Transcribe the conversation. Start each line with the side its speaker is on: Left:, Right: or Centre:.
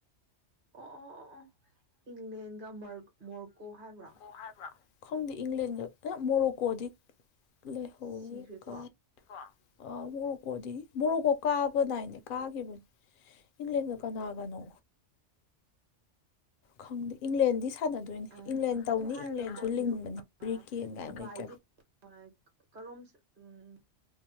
Right: ꯑꯣ ꯑꯣ ꯑꯣ ꯏꯪꯂꯦꯟꯒ ꯃꯔ ꯃꯣꯔꯀꯣ ꯍꯥꯏꯕ꯭ꯔꯣ
Left: <unintelligible> ꯈꯪꯗꯦ ꯏꯪꯂꯦꯟꯒ <unintelligible> ꯃꯣꯔꯣꯀꯣꯗꯤ ꯂꯩꯍꯧꯋꯦ
Right: ꯁꯤꯈ꯭ꯔꯦꯀꯣ
Left: ꯀ <unintelligible> ꯑ ꯃꯣꯔꯣꯛꯀꯣꯗꯤ ꯃꯣꯔꯣꯛꯀꯣ ꯀꯥꯕ ꯗꯥꯏꯅꯦ ꯀꯥꯒꯤꯕꯅꯤ ꯏꯪꯂꯦꯟꯒ
Right: ꯎꯝ
Left: ꯀꯅꯥꯒꯅꯣ
Right: ꯎꯝ
Left: ꯈꯪꯗꯦ ꯏꯪꯂꯦꯟꯗꯤ ꯁꯥꯟꯅꯗꯣꯏꯅꯤ
Right: ꯑꯥ
Left: ꯏꯪꯂꯦꯟ ꯇꯧꯅꯤ
Right: ꯑꯗꯨ ꯍꯥꯏꯔꯒꯀꯣ
Left: ꯏꯪꯂꯦꯟꯁꯨ ꯂꯤꯡꯕꯅꯤ
Right: ꯏꯔꯣ
Left: ꯔꯤ ꯀꯦꯟ ꯀꯥꯏꯅ
Right: ꯗꯨꯕꯥꯏꯗꯤ
Left: ꯀꯦꯞ
Right: <unintelligible> ꯀꯔꯣꯝ ꯎꯝ